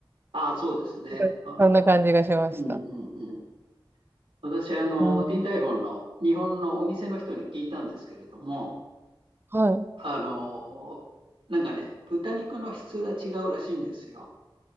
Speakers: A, on the right; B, on the right.
A: ああ、そうですね。
B: <laughs> かそんな感じがしました。
A: あの、うんうんうん。私、あの、
B: うん。
A: ディンタイフォンの日本のお店の人に聞いたんですけれども、
B: はい。
A: あの、なんかね、豚肉の質が違うらしいんですよ。